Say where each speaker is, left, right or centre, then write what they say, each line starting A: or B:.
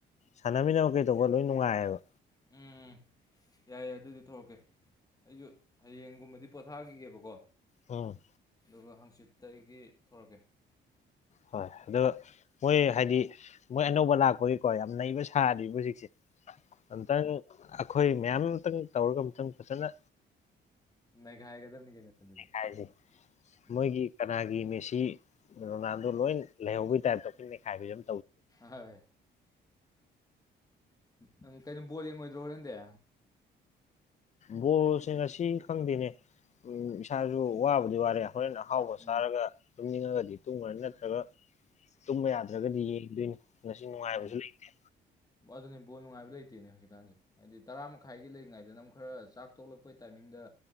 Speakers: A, on the left; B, on the left.
A: ꯁꯥꯟꯅꯃꯤꯟꯅꯕ ꯀꯩ ꯇꯧꯕ ꯂꯣꯏ ꯅꯨꯡꯉꯥꯏꯕ
B: ꯎꯝ ꯎꯝ ꯌꯥꯏꯌꯦ ꯑꯗꯨꯗꯤ ꯊꯣꯛꯂꯛꯀꯦ ꯑꯩꯁꯨ ꯍꯥꯌꯦꯡꯒꯨꯝꯕꯗꯤ ꯄꯣꯊꯥꯈꯤꯒꯦꯕꯥꯀꯣ
A: ꯑꯝ
B: ꯑꯗꯨꯒ ꯍꯥꯡꯆꯤꯠꯇꯒꯤ ꯊꯣꯔꯛꯀꯦ
A: ꯍꯣꯏ ꯑꯗꯣ ꯃꯣꯏ ꯍꯥꯏꯗꯤ ꯃꯣꯏ ꯑꯅꯧꯕ ꯂꯥꯛꯄꯒꯤꯀꯣ ꯌꯥꯝ ꯅꯩꯕ ꯁꯥꯔꯤꯕ ꯍꯧꯖꯤꯛꯁꯦ ꯑꯝꯇꯪ ꯑꯩꯈꯣꯏ ꯃꯌꯥꯝ ꯑꯝꯇꯪ ꯇꯧꯔꯒ ꯑꯝꯇꯪ ꯐꯖꯅ
B: ꯅꯩꯒꯥꯏꯒꯗꯃꯦ ꯀꯩꯅꯣ ꯑꯗꯨꯗꯤ
A: ꯅꯩꯈꯥꯏꯁꯦ
B: ꯎꯝ
A: ꯃꯣꯏꯒꯤ ꯀꯅꯥꯒꯤ ꯃꯦꯁꯤ ꯁꯤ ꯔꯣꯅꯥꯜꯗꯣ ꯂꯣꯏ ꯂꯩꯍꯧꯕꯒꯤ ꯇꯥꯏꯞꯇ ꯑꯩꯈꯣꯏ ꯅꯩꯈꯥꯏꯕꯤꯔꯝ
B: ꯍꯣ ꯍꯣꯏ ꯑꯗꯨꯝ ꯀꯩꯅꯣ ꯕꯣꯜ ꯌꯦꯡꯉꯣꯏꯗ꯭ꯔꯣ ꯍꯣꯔꯦꯟꯗꯤ
A: ꯕꯣꯜꯁꯦ ꯉꯁꯤ ꯈꯪꯗꯦꯅꯦ ꯎꯝ ꯏꯁꯥꯁꯨ ꯋꯥꯕꯨꯗꯤ ꯋꯥꯔꯦ ꯍꯣꯔꯦꯟ ꯑꯍꯥꯎꯕ
B: ꯎꯝ
A: ꯆꯥꯔꯒ ꯇꯨꯝꯅꯤꯡꯉꯥꯒꯗꯤ ꯇꯨꯝꯒ꯭ꯔꯥꯅꯤ ꯅꯠꯇ꯭ꯔꯒ ꯇꯨꯝꯕ ꯌꯥꯗ꯭ꯔꯒꯗꯤ ꯌꯦꯡꯗꯣꯏꯅꯦ ꯉꯁꯤ ꯅꯨꯡꯉꯥꯏꯕꯁꯨ
B: ꯎꯝ
A: ꯂꯩꯇꯦ
B: ꯑꯗꯨꯅꯦ ꯕꯣꯜ ꯅꯨꯡꯉꯥꯏꯕ ꯂꯩꯇꯦꯅꯦ ꯍꯧꯖꯤꯛꯀꯥꯟꯁꯦ ꯍꯥꯏꯗꯤ ꯇꯔꯥ ꯃꯈꯥꯏꯒꯤ ꯂꯩꯔꯤꯉꯩꯗꯅꯃꯨꯛ ꯈꯔ ꯆꯥꯛ ꯇꯣꯛꯂꯛꯄꯩ ꯇꯥꯏꯃꯤꯡꯗ